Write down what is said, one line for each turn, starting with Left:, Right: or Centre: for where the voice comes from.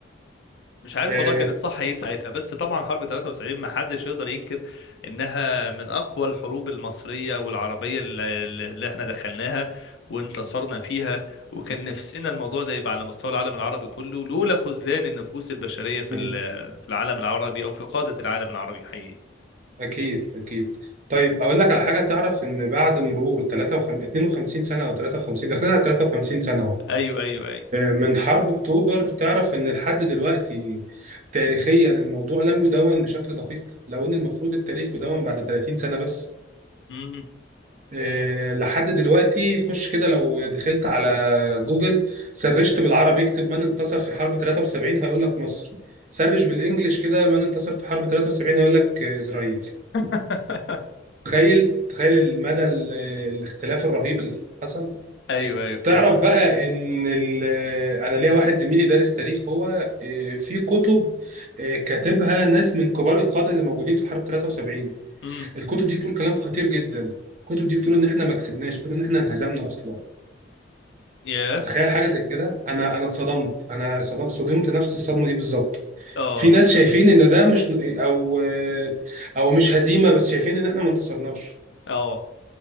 Left: مش عارف
Right: آه،
Left: والله كان الصح ايه ساعتها بس طبعا حرب 73 ما حدش يقدر ينكر انها من اقوى الحروب المصريه والعربيه اللي اللي احنا دخلناها وانتصرنا فيها وكان نفسنا الموضوع ده يبقى على مستوى العالم العربي كله لولا خذلان النفوس البشريه في
Right: مم.
Left: ال- في العالم العربي او في قاده العالم العربي حقيقي
Right: اكيد اكيد طيب اقول لك على حاجه تعرف ان بعد مرور 53 52 سنه او 53 داخلين على 53 سنه اهو،
Left: ايوه ايوه ايوه
Right: من حرب أكتوبر تعرف إن لحد دلوقتي تاريخيا الموضوع لم يدون بشكل دقيق لو إن المفروض التاريخ يدون بعد 30 سنة بس
Left: امم
Right: آه، لحد دلوقتي خش كده لو دخلت على جوجل سرشت بالعربي اكتب من انتصر في حرب 73 هيقول لك مصر سرش بالانجلش كده من انتصر في حرب 73 هيقول لك آه، إسرائيل
Left: <laughs>
Right: تخيل تخيل المدى ال- الاختلاف الرهيب اللي حصل
Left: ايوه ايوه فاهمك
Right: تعرف بقى ان ال- انا ليا واحد زميلي دارس تاريخ هو آه، في كتب آه، كاتبها ناس من كبار القاده اللي موجودين في حرب 73
Left: امم
Right: الكتب دي بتقول كلام خطير جدا الكتب دي بتقول ان احنا ما كسبناش بتقول ان احنا انهزمنا اصلا
Left: ياه
Right: تخيل حاجه زي كده انا انا اتصدمت انا صدمت صدمت نفس الصدمه دي بالظبط
Left: اه
Right: في ناس شايفين ان ده مش او آه، او مش هزيمه بس شايفين ان احنا ما انتصرناش
Left: اه